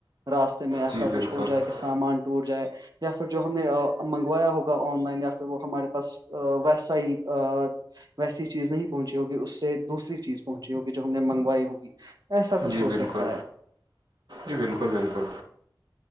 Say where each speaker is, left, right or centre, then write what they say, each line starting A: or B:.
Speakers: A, on the right; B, on the right.
A: راستے میں ایسا
B: جی بالکل
A: کچھ ہو جائے کہ سامان ٹوٹ جائے یا پھر جو ہم نے منگوایا ہوگا آن لائن یا پھر وہ ہمارے پاس ا ویسا ہی ویسی چیز نہیں پہنچی ہوگی اس سے دوسری چیز پہنچی ہوگی جو ہم نے منگوائی ہوگی ایسا کچھ
B: جی
A: ہو
B: بالکل
A: سکتا ہے
B: جی بالکل بالکل